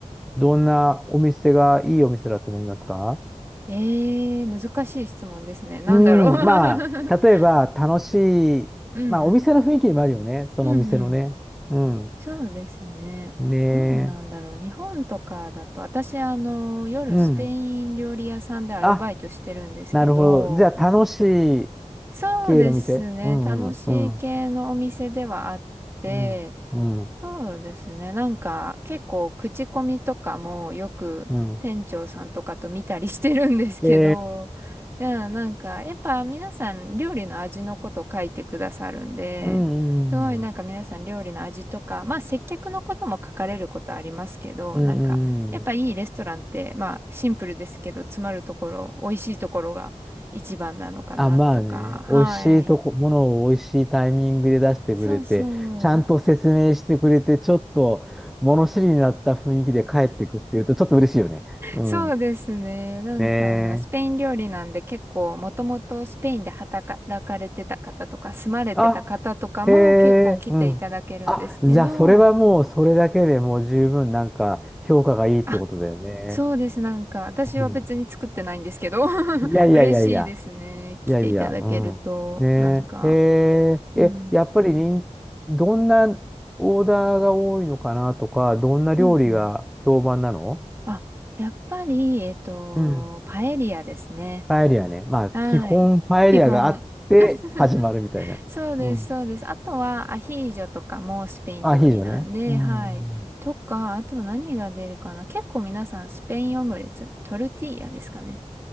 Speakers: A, in the centre; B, on the right.
A: どんなお店がいいお店だと思いますか
B: えー、難しい質問ですね。なんだろ
A: うん、まあ、
B: う。
A: 例えば、
B: <laughs>
A: 楽しい、
B: うんうん。
A: まあ、お店の雰囲気にもあるよね。そのお店のね。
B: うんうん。
A: うん。
B: そうですね。
A: ね
B: どうなんだろう。日本とかだと、私、あの、夜スペイン料理屋さんでアルバイトしてるんですけど、
A: え。うん。あ、なるほど。じゃあ、楽しい
B: そうですね。
A: 系の店。うんうんうん。
B: 楽しい系のお店ではあって、
A: うん、うん、
B: そうですね。なんか結構口コミとかもよく店長さんとかと見たりしてるんですけど、
A: うん。え
B: <laughs> いや、なんかやっぱ皆さん料理の味のこと書いてくださるんで、
A: ー、うん、
B: すごいなんか皆さん料理の味とか、
A: うん、
B: まあ接客のことも書かれることありますけど、
A: うん、
B: なんかやっぱいいレストランってまあシンプルですけど詰まるところ、
A: うん。
B: 美味しいところが一番なのかなとか、
A: あ、まあね、
B: はい。
A: 美味しいとこ、ものを美味しいタイミングで出してくれて、
B: そうそう。
A: ちゃんと説明してくれて、ちょっと物知りになった雰囲気で帰ってくっていうと、ちょっと嬉しいよね。うん。
B: そうですね。なんか、
A: ねえ。
B: スペイン料理なんで結構、もともとスペインで働かれてた方とか、住まれてた方とかも結構来ていただけるんですけど、
A: あ、へえ、うん。あ、じゃあ、それはもう、それだけでもう十分、なんか、評価がいいってことだよね。
B: あ、そうです。なんか、私は別に作ってないんですけど、
A: うん。
B: <laughs>
A: いやいやいやいや。
B: 嬉しいですね。来ていただけると、
A: いやいや、うん。ねえ、
B: なんか、
A: えーえ、
B: うん、
A: やっぱりにんどんなオーダーが多いのかなとか、どんな料理が評判なの
B: うん、うん。あ、やっぱり、えっと、
A: うん。
B: パエリアですね。
A: パエリアね。まあ、
B: はい。
A: 基本パエリアがあって始まるみたいな。
B: 基本。<laughs> そうです、
A: うん。
B: そうです。あとはアヒージョとかもスペイン料理なんで、
A: アヒージョね。うん。
B: はい。とか、あと何が出るかな。結構皆さんスペインオムレツ、トルティーヤですかね。